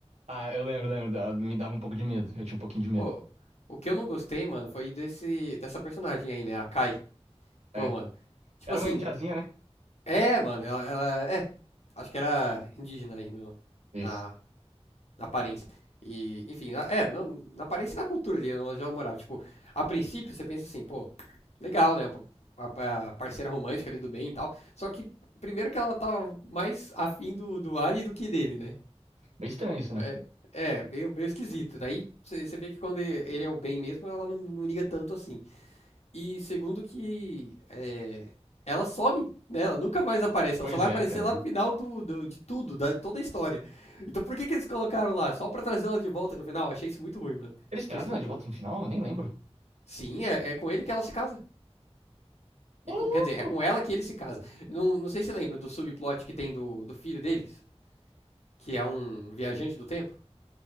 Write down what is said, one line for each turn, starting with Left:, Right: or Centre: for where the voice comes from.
Right: Ah, eu lembro, lembro. da- Me dava um pouco de medo. Eu tinha um pouquinho de medo.
Left: Ô, o que eu não gostei, mano, foi desse, dessa personagem aí, né? A Kai. Pô,
Right: É.
Left: mano. Tipo
Right: Era
Left: assim,
Right: uma indiazinha, né?
Left: é, mano, ela, ela é. Acho que era indígena aí no,
Right: Isso.
Left: na, na aparência. E, enfim, ela- é, não, na aparência e na cultura ali onde ela morava. Tipo, a princípio você pensa assim, pô, legal, né? A, a parceira romântica ali do bem e tal. Só que, primeiro que ela tava mais afim do, do Ari do que dele, né?
Right: Meio estranho isso, né?
Left: É, é meio, meio esquisito. Daí você você vê que quando ele é o bem mesmo, ela não, não liga tanto assim. E segundo que eh, ela some, né? Ela nunca mais aparece, ela
Right: Pois
Left: só vai
Right: é,
Left: aparecer
Right: cara.
Left: lá no final do, do- de tudo, da toda a história. Então por que que eles colocaram lá? Só pra trazer ela de volta no final? Achei isso muito ruim, mano.
Right: Eles
Left: Achei
Right: trazem
Left: isso muito
Right: ela de volta
Left: ruim.
Right: no final? Eu nem lembro.
Left: Sim, é, é com ele que ela se casa. E
Right: Ô, louco!
Left: com- quer dizer, é com ela que ele se casa. Não, não sei se lembra do subplot que tem do, do filho deles, que é um viajante do tempo.